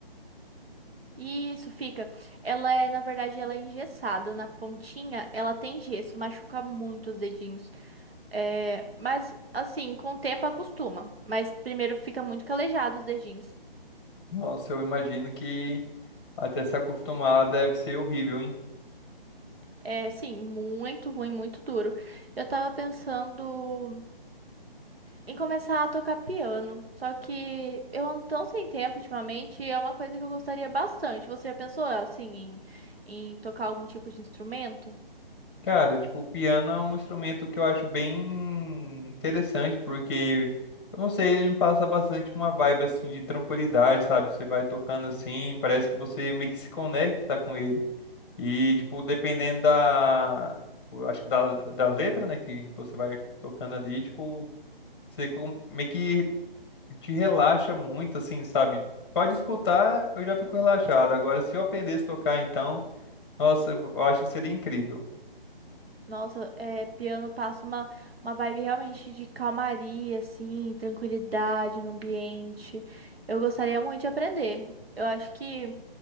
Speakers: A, on the right; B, on the left.
A: Isso fica. Ela é, na verdade, ela é engessada. Na pontinha, ela tem gesso, machuca muito os dedinhos. É, mas, assim, com o tempo acostuma. Mas primeiro fica muito calejado os dedinhos.
B: Nossa, eu imagino que até se acostumar deve ser horrível, hein?
A: É, sim, muito ruim, muito duro. Eu tava pensando. em começar a tocar piano. Só que eu ando tão sem tempo ultimamente, e é uma coisa que eu gostaria bastante. Você já pensou assim em, em tocar algum tipo de instrumento?
B: Cara, tipo, o piano é um instrumento que eu acho bem interessante, porque, eu não sei, ele me passa bastante uma vibe, assim, de tranquilidade, sabe? Você vai tocando assim, parece que você meio que se conecta com ele. E, tipo, dependendo da, tipo, eu acho que da, da letra, né, que você vai tocando ali, tipo, você com- meio que te relaxa muito, assim, sabe? Pode escutar, eu já fico relaxado. Agora, se eu aprendesse a tocar, então, nossa, eu acho que seria incrível.
A: Nossa, é, piano passa uma, uma vibe realmente de calmaria, assim, tranquilidade no ambiente. Eu gostaria muito de aprender. Eu acho que